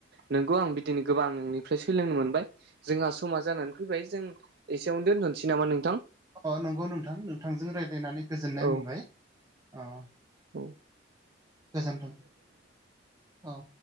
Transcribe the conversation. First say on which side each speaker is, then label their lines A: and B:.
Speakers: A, on the right; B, on the right.
A: नंगौ आं बिदिनो गोबां नोंनि ओमफ्राय सोलोंनो मोनबाय जोंहा समा जानानै फैबाय जों एसेयावनो दोनथ'नोसै नामा नोंथां?
B: अ नंगौ नोंथां नोंथांजों रायज्लायनानै गोजोननाय
A: औ
B: मोनबाय। अ
A: औ
B: गोजोन्थों। औ